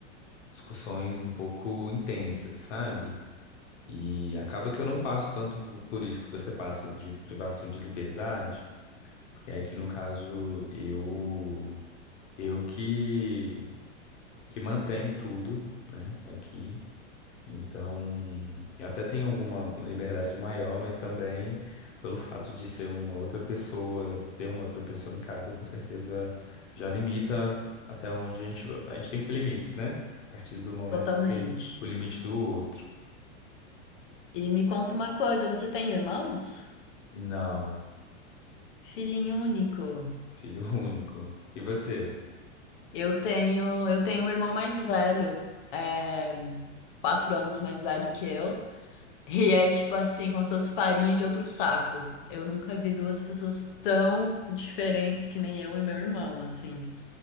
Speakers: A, on the left (about 80°); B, on the left (about 45°).
A: discussões um pouco intensas, sabe? E acaba que eu não passo tanto por isso que você passa de privação de liberdade, porque aqui no caso eu eu que, que mantenho tudo, né, aqui. Então, eu até tenho alguma uma liberdade maior, mas também pelo fato de ser uma outra pessoa, ter uma outra pessoa em casa, com certeza já limita até onde a gente, a gente tem que ter limites, né? A partir do momento
B: totalmente.
A: que tem o limite do outro.
B: E me conta uma coisa, você tem irmãos?
A: Não,
B: Filhinho único.
A: filho <laughs> único. E você?
B: Eu tenho, eu tenho um irmão mais velho, é, quatro anos mais velho que eu, <laughs> e é tipo assim, como se fosse farinha de outro saco. Eu nunca vi duas pessoas tão diferentes que nem eu e meu irmão, assim.